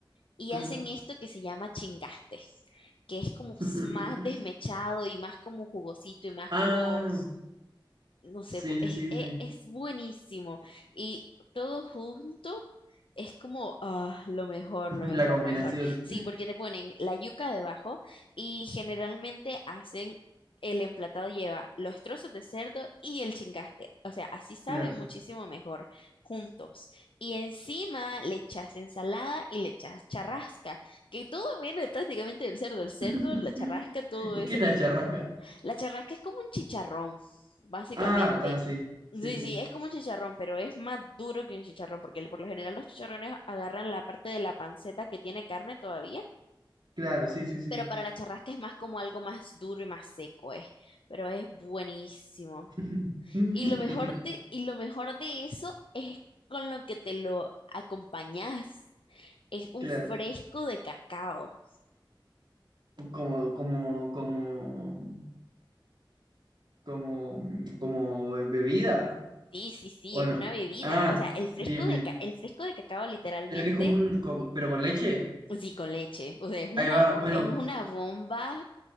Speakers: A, on the left; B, on the right.
A: y
B: claro.
A: hacen esto que se llama chingastes que es como s-
B: <laughs>
A: más desmechado y más como jugosito y más
B: Ah,
A: como no sé,
B: sí,
A: bu- es,
B: sí, sí,
A: es-
B: sí.
A: es buenísimo. Y todo junto es como ah, lo mejor,
B: <laughs>
A: lo
B: La
A: mejor,
B: combinación,
A: lo mejor. Sí, porque te ponen la yuca debajo y generalmente hacen el emplatado lleva los trozos de cerdo y el chingaste. O sea, así saben
B: claro.
A: muchísimo mejor juntos. Y encima le echas ensalada y le echas charrasca, que todo viene prácticamente del cerdo, el cerdo,
B: <laughs>
A: la charrasca, todo
B: ¿Y
A: eso,
B: qué es la charrasca?
A: la charrasca es como un chicharrón, básicamente.
B: Ah, está, sí,
A: Sí,
B: sí, sí.
A: sí, es como un chicharrón, pero es más duro que un chicharrón, porque por lo general los chicharrones agarran la parte de la panceta que tiene carne todavía,
B: Claro, sí, sí, sí.
A: pero para la charrasca es más como algo más duro y más seco, eh, pero es buenísimo.
B: <laughs>
A: Y lo mejor de,
B: <laughs>
A: y lo mejor de eso es con lo que te lo acompañas. Es un
B: Claro.
A: fresco de cacao.
B: como, como, como, como, mm, como be- bebida,
A: Sí, sí, sí,
B: ¿o
A: es
B: no?
A: una bebida.
B: Ah,
A: O sea, el fresco
B: bien,
A: de,
B: bien.
A: ca- el fresco de cacao literalmente
B: Pero que es como un, como- pero con leche.
A: Sí, con leche. O sea, es una,
B: Ahí va, bueno,
A: es una bomba.